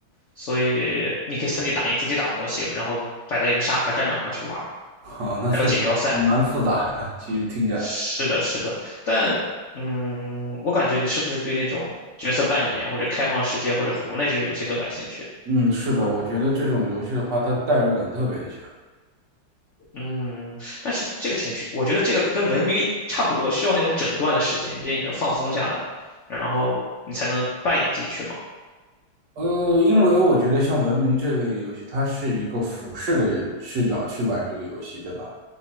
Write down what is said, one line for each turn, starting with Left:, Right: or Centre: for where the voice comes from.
Left: 所以你可以 3D 打印自己打模型，然后摆在一个沙盒战场上去玩儿
Right: <laughs> 哈、那确实还蛮复杂的，
Left: 还有锦标赛。
Right: 其实听着。
Left: 是的，是的，但嗯，我感觉你是不是对那种角色扮演或者开放世界或者魂类这种游戏更感兴趣？
Right: 嗯，是的，我觉得这种游戏的话，它代入感特别的强。
Left: 嗯，但是这个挺需，我觉得这个跟文明差不多，需要那种整段的时间，毕竟你能放松下来，然后你才能扮演进去嘛。
Right: 呃，因为我觉得像文明这类游戏，它是一个俯视的视角去玩这个游戏，对吧？